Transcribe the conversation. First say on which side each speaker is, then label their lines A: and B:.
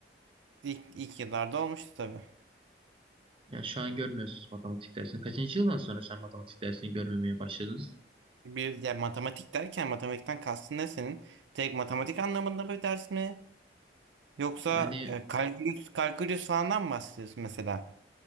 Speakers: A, on the right; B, on the right.
A: İlk, ilk yıllarda olmuştu tabii.
B: Ya şu an görmüyorsunuz matematik dersini. Kaçıncı yıldan sonra sen matematik dersini görmemeye başladın?
A: Bir ya matematik derken matematikten kastın ne senin? Tek matematik anlamında bir ders mi? Yoksa
B: Yani
A: e, kalkülüs, kalkülüs falandan mı bahsediyorsun mesela?